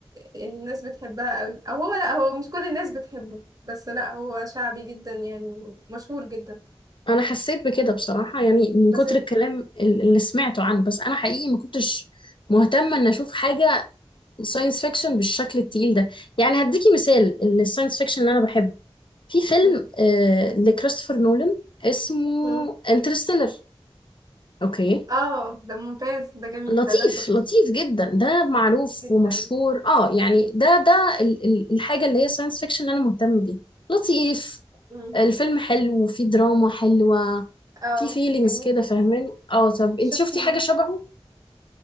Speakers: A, on the right; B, on the left.
A: الناس بتحبها قوي او هو لا هو مش كل الناس بتحبه بس لا هو شعبي جدا يعني مشهور جدا
B: انا حسيت بكده بصراحة يعني من
A: بس
B: كتر الكلام ال- اللي سمعته عنه بس انا حقيقي ما كنتش مهتمة ان اشوف حاجة ساينس فيكشن بالشكل التقيل ده يعني هديكي مثال الساينس فيكشن اللي
A: مم.
B: انا بحبه في فيلم
A: مم.
B: آه لكريستوفر نولان اسمه
A: مم.
B: انترستيلر اوكي
A: اه ده ممتاز ده جميل
B: لطيف
A: ده ده شفته
B: لطيف جدا ده معروف
A: جدا
B: ومشهور اه يعني ده ده ال- ال- الحاجة اللي هي ساينس فيكشن انا مهتم بيها لطيف
A: مم.
B: الفيلم حلو وفيه دراما حلوة
A: اه
B: في فيلينجز
A: جميل
B: كده
A: جدا
B: فاهماني اه طب انت
A: شفتي
B: شفتي حاجة شبهه